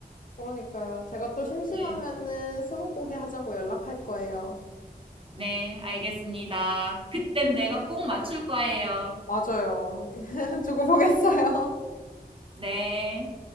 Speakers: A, on the left; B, on the right.
A: 그러니까요. 제가 또 심심하면은
B: 네.
A: 스무고개 하자고 연락할 거예요.
B: 네, 알겠습니다. 그땐 내가 꼭 맞출 거예요.
A: 맞아요. <laughs> 두고 보겠어요.
B: 네.